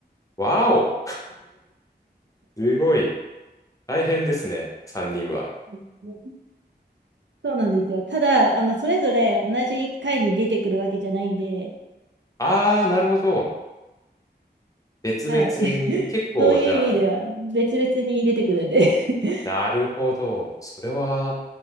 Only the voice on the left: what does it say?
わーお、すごい、大変ですね、三人は。
ああ、なるほど。別々に、
結構、
じゃあ、あの、
なるほど。それは、